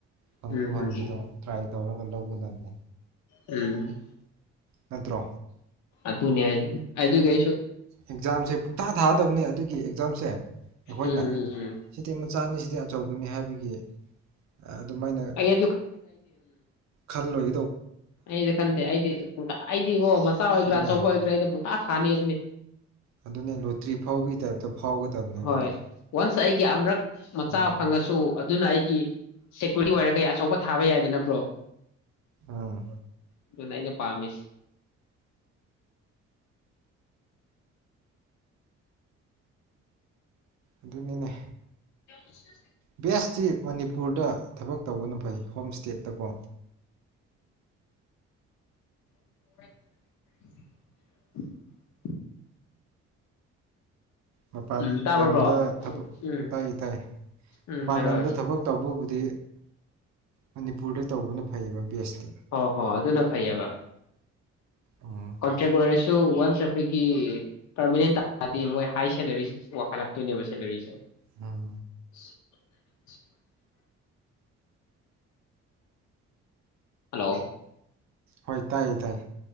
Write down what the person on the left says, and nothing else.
ꯎꯝ ꯎꯝ
ꯎꯝ
ꯑꯗꯨꯅꯤꯌꯥ ꯑ ꯑꯗꯨꯨ ꯀꯩꯁꯨ
ꯎꯝ ꯎꯝ ꯎꯝ
ꯑꯩ
ꯑꯩꯩꯅ ꯈꯟꯗꯦ ꯑꯩꯗꯤ ꯄ ꯑꯩꯗꯤ ꯑꯣ ꯃꯆꯥ ꯑꯣꯏꯒ꯭ꯔꯥ
ꯑꯆꯧꯕ ꯑꯣꯏꯒꯦꯔꯥ ꯑꯩꯗ ꯄꯧꯇꯥꯛ ꯊꯥꯅꯦꯕꯅꯦ
ꯍꯣꯏ
ꯋꯥꯟꯁ ꯑꯩꯒꯤ ꯑꯃꯨꯔꯛ ꯃꯆꯥ
ꯐꯪꯉꯁꯨ ꯑꯗꯨꯅ ꯑꯩꯒꯤ ꯁꯦꯀ꯭ꯌꯨꯔꯤꯇꯤ ꯑꯣꯏꯔꯒ ꯑꯆꯧꯕ ꯊꯥꯕ ꯌꯥꯏꯗꯅꯕ꯭ꯔꯣ
ꯑꯗꯨꯅ ꯑꯩꯅ ꯄꯥꯝꯃꯦꯁ ꯑ
ꯅꯃꯁ
<unintelligible>
ꯎꯝ ꯇꯥꯕ꯭ꯔꯣ
ꯕ꯭ꯔꯣ
ꯎꯝ ꯎꯝ
ꯎꯝ
ꯍꯥꯏꯔꯣ
ꯍꯥꯏꯔꯣ
ꯍꯣ ꯍꯣ ꯑꯗꯨꯅ ꯐꯩꯑꯕ
ꯀꯣꯟꯇ꯭ꯔꯦꯛ ꯑꯣꯏꯔꯁꯨ ꯋꯥꯟꯁ ꯑꯩꯈꯣꯏꯒꯤ ꯄꯔꯃꯅꯦꯟ ꯇꯥꯗꯤ ꯃꯣꯏ ꯍꯥꯏ ꯁꯦꯂꯔꯤ ꯋꯥꯈꯠꯂꯛꯇꯣꯏꯅꯦꯕ ꯁꯦꯂꯔꯤꯁꯦ
<unintelligible> ꯍꯜꯂꯣ